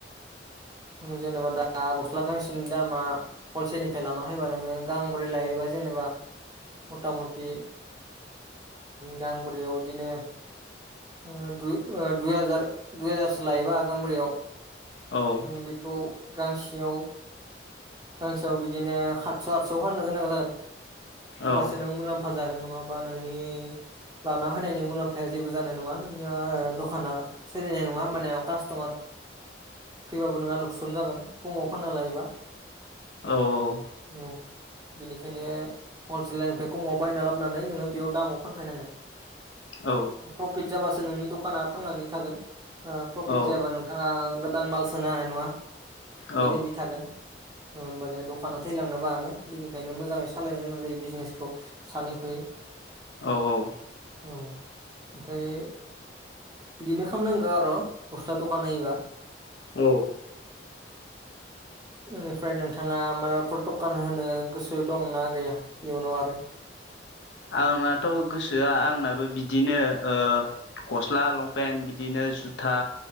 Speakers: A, on the right; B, on the left.
A: नों जेनेबा दा गस्ला गांसेनि दामा हलसेलनिफ्राय लाना फायबा नोङो गांब्रै लायोबा जेनेबा मथा मथि गांब्रैयाव बिदिनो ओ हाजार ओ दुइ हाजारसो लायोबा गांब्रैयाव
B: औ
A: जों बेखौ गांसेयाव गांसेयाव बिदिनो किदस' आठस'आव फाननो गोनां जागोन होमबासो
B: औ
A: नों मुलाम्फा फा जागोन नङाबा नोंनि लाना फैनायनि मुलाम्फाया जेबो जानाय नङा नोंनिया दखाना सोलिनाय नङा माने आ कास्ट'मार फैबाबो नोंहा लुकसन जागोन खमाव फानना लायोबा
B: औ औ
A: औ बिनिखायनो हलसेलनिफ्राय खमाव बायना लाबोनानै नोङो बेयाव दामाव फानफैनांगोन
B: औ
A: प्रफिट जाबासो नोंनि दखाना थांनानै थागोन ओ प्रफिट
B: औ
A: जायाबा नों ओ गोदान माल सोनो हानाय नङा
B: औ
A: बेनो बि थागोन होमबाना दखानाव थैलांनोबो हागो बेनिखायनो मोजाङै सालायनो गोनां जायो बिजनेसखौ सानै हयै
B: औ औ
A: औ ओमफ्राय बिदिनो खालामनांगौ आरो गस्ला दखान होयोबा
B: औ
A: ओनिफ्राय फ्राय नोंथाङा माबाफोर दखान होनो गोसो दंना गैया इयुनाव आरो
B: आंनाथ' गोसोआ आंनाबो बिदिनो ओ गस्ला लंपेन्ट बिदिनो जुथा